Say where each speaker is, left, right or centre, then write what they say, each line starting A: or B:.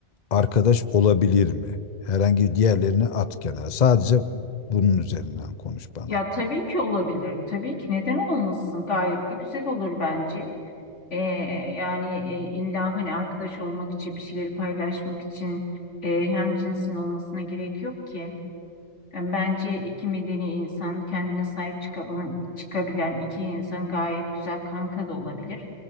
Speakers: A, on the left; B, on the left.
A: arkadaş olabilir mi? Herhangi diğerlerini at kenara. Sadece bunun üzerinden konuş bana.
B: Ya tabii ki olabilir. Tabii ki neden olmasın? Gayet de güzel olur bence. E, yani e, illa hani arkadaş olmak için bir şeyleri paylaşmak için e, hem cinsin olmasına gerek yok ki. Yani bence iki medeni insan kendine sahip çıkabilen, çıkabilen iki insan gayet güzel kanka da olabilir.